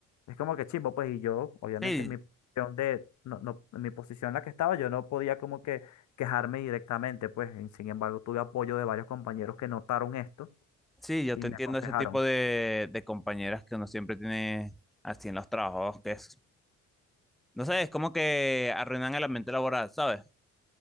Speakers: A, on the left (about 70°); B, in the centre.
A: es como que chimbo, pues, y yo, obviamente,
B: Sí,
A: en mi posición de, no, no, en mi posición en la que estaba, yo no podía como que quejarme directamente, pues, y sin embargo, tuve apoyo de varios compañeros que notaron esto
B: Sí, yo
A: y
B: te
A: me
B: entiendo
A: aconsejaron.
B: ese tipo de, de compañeras que uno siempre tiene así en los trabajos, que es, no sé, es como que arruinan el ambiente laboral, ¿sabes?